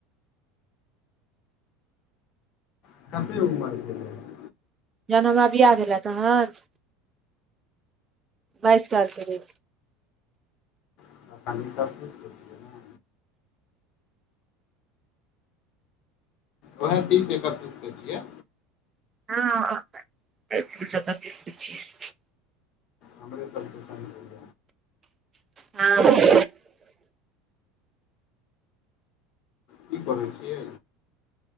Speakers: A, on the left (about 60°); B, on the right (about 25°).
A: <unintelligible>
B: जहन हमरा बियाह भेलै तहन बाइस साल के रहिए।
A: <inaudible> ओएह तीस एकतीस के छियै।
B: हँ। तीस इकतीस के छीये।
A: हमरे सबके संगी
B: हँ
A: की पढ़े छियै।